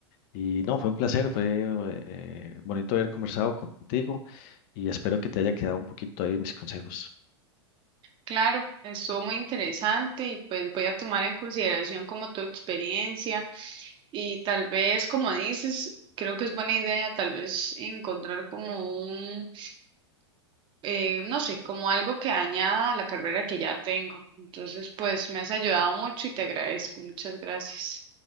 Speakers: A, on the left; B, on the right.
A: Y no, fue un placer, fue eh, bonito haber conversado contigo y espero que te haya quedado un poquito ahí mis consejos.
B: Claro, estuvo muy interesante y pues voy a tomar en consideración como tu experiencia y tal vez, como dices, creo que es buena idea tal vez encontrar como un, eh, no sé, como algo que añada a la carrera que ya tengo. Entonces, pues me has ayudado mucho y te agradezco. Muchas gracias.